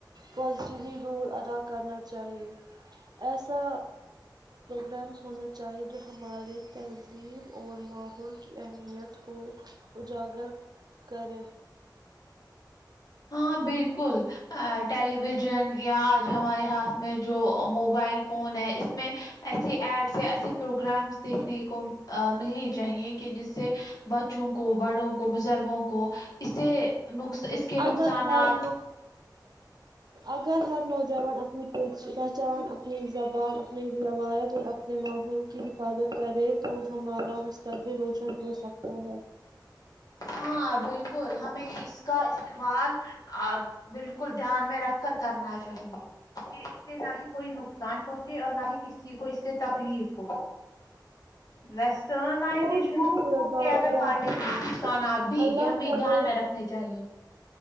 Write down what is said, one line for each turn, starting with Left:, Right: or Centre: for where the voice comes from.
Right: پازیٹیولی رول ادا کرنا چاہیے ایسا پروگرامس ہونے چاہیے جو ہمارے تہذیب اور ماحول کی اہم یت کو اجاگر کریں
Left: ہاں بالکل اے ٹیلیویژن یا آج ہمارے ہاتھ میں جو موبائل فون ہے اس میں ایسے ایڈس یا ایسے پروگرامس دیکھنے کو آ ملنی چاہیے کہ جس سے بچوں کو بڑوں کو بزرگوں کو اسے نقص اس کے
Right: اگر
Left: نقصانات
Right: ہر اگر ہر نوجوان اپنی پہچان اپنی زبان اپنے روایت اور اپنے ماحول کی حفاظت کرے تو ہمارا مستقبل روشن ہو سکتا ہے
Left: ہاں بالکل ہمیں اس کا استعمال آب بالکل دھیان میں رکھ کر کرنا چاہیے کہ اس سے نہ ہی کوئی نقصان پہنچے اور نہ ہی کسی کو اس سے تکلیف ہو ویسٹرن آئزیشن
Right: بہت خوبصورت بات
Left: کے اگر
Right: کہی
Left: <inaudible> نقصانات
Right: تم نے
Left: بھی
Right: اللہ
Left: یہ ہمیں
Right: کرے
Left: دھیان میں رکھنے چاہیے